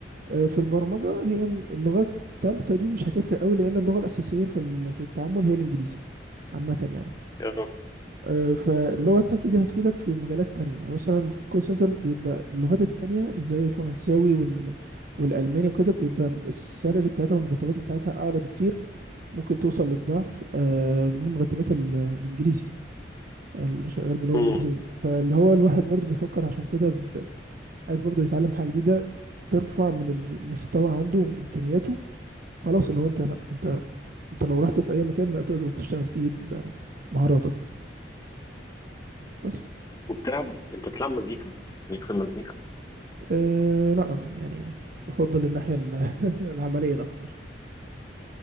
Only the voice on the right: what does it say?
آه، في البرمجة هي م- اللغة التالتة دي مش هتفرق قوي لأن اللغة الأساسية في ال- في التعامل هي الإنجليزي عامة يعني
آه، فاللغة التالتة دي هتفيدك في مجالات تانية يعني مثلا في الكول سنتر بيبقى اللغات التانية زي الفرنساوي وال... والألماني وكده بيبقى السالري بتاعتها والمرتبات بتاعتها أعلى بكتير ممكن توصل للضعف آه، من مرتبات ال- الإنجليزي أو اللي شغال باللغة
الإنجليزية فاللي هو الواحد برضو بيفكر عشان كده ب... عايز برضو يتعلم حاجة جديدة ترفع من المستوى عنده وإمكانياته خلاص لو انت لا انت انت لو رحت في اي مكان لا تقدر تشتغل فيه بمهاراتك بس
اه لا يعني بفضل الناحية ال- <laughs> العملية الأكتر